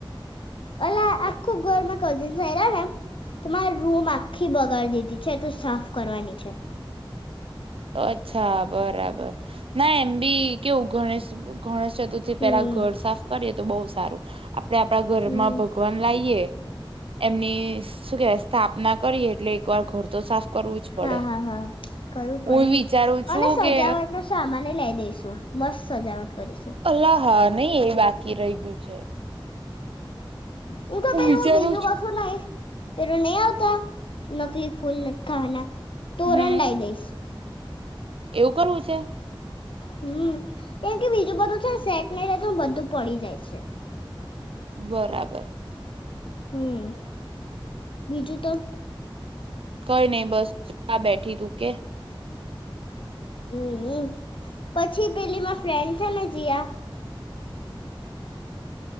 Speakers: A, on the left; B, on the right.
A: અલા આખું ઘરમાં કઝિન <unintelligible> તો મારે રૂમ આખી બગાડી દીધી છે, તો સાફ કરવાની છે.
B: અચ્છા, બરાબર. ના એમ બી કેવું, ગણેશ ગ ગણેશ ચતુર્થી
A: હમ
B: પેલા ઘર સાફ કરીએ, તો બહુ સારું. આપડે આપડા ઘરમાં
A: હમ
B: ભગવાન લાવીએ એમની ઈશ શું કેશ સ્થાપના કરીએ એટલે એક વાર ઘર તો સાફ કરવું જ પડે
A: હા હા હા કરું
B: હું
A: પડેને,
B: વિચારું છું
A: અને સજાવટનો
B: કે
A: સામાન એ લાઈ દઈશું. મસ્ત સજાવટ કરીશું.
B: અલ્લા હા, નહી એ બાકી રહી ગ્યું છે.
A: હું તો પેલુ
B: વિચારું
A: બીજું
B: છું
A: કશું નહી પેલું નહી આવતા નકલી ફૂલ લટકાવાના. તોરણ
B: હમ
A: લાઈ દઈશ.
B: એવું કરવું છે.
A: હમ કેમ કે બીજું બધું છેને સેટ નહી રે તો બધું પડી જાય છે.
B: બરાબર.
A: હમ બીજું તો.
B: કઈ નહી બસ આ બેઠી તું કે.
A: હમ પછી પેલી મા ફ્રેન્ડ છે ને જિયા.